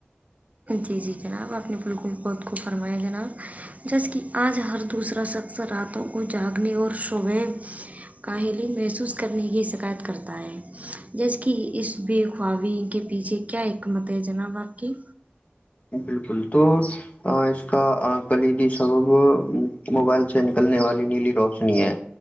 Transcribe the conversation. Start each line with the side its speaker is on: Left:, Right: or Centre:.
Right: جی جی جناب اپنی بالکل خت کو فرمایا جناب جیسے کہ آج ہر دوسرا شخص راتوں کو جاگنے اور شعبے کاہلی محسوس کرنے کی شکایت کرتا ہے جیس کہ اس بے خوابی کے پیچھے کیا حکمت ہے جناب آپ کی
Left: بالکل تو اس کا کلیدی سبب موبائل سے نکلنے والی نیلی روشنی ہے